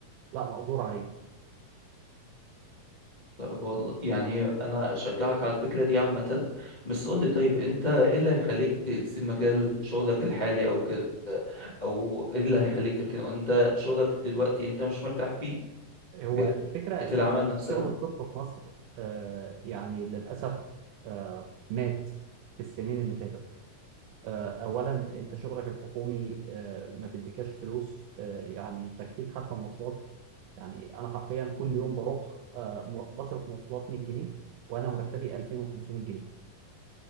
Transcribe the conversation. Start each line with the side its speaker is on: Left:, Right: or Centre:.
Right: لا مقدور عليه
Left: طيب والله يعني انا اشجعك على الفكره دي عامه بس قول لي طيب انت ايه اللي هيخليك تسيب مجال شغلك الحالي او كده او ايه اللي هيخليك تركنه وانت شغلك دلوقتي انت مش مرتاح فيه
Right: هو
Left: بيئه
Right: الفكره ان
Left: العمل
Right: انا
Left: نفسها
Right: شغل الطب في مصر آه يعني للاسف آه مات في السنين اللي فاتت آه اولا انت شغلك الحكومي آه ما بيديكاش فلوس آه يعني تكفيك حتى مواصلات يعني انا حرفيا
Left: مم.
Right: كل يوم بروح آه م- بصرف مواصلات 100 جنيه وانا مرتبي 2500 جنيه